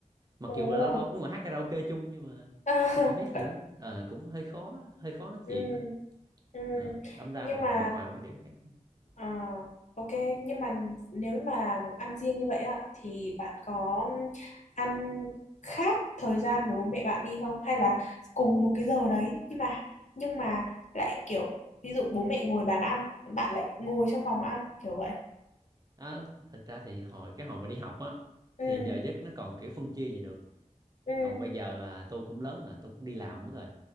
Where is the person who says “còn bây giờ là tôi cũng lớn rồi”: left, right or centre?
Right